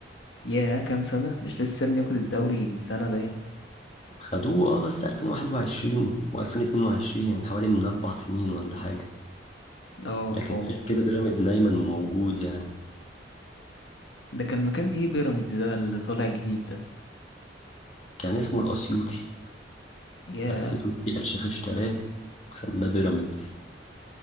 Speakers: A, on the left; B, on the left.
A: ياه كام سنة مش لسه ابني واخد الدوري من سنة باين
B: خدوه اه بس 2021 و2022 يعني حوالي من أربع سنين ولا حاجة
A: اه
B: لكن
A: هو
B: غير كده بيراميدز دايما موجود يعني
A: ده كان مكان ايه بيراميدز ده اللي طالع جديد ده
B: كان اسمه الأسيوطي
A: ياه
B: بس تركي آل الشيخ اشتراه وسماه بيراميدز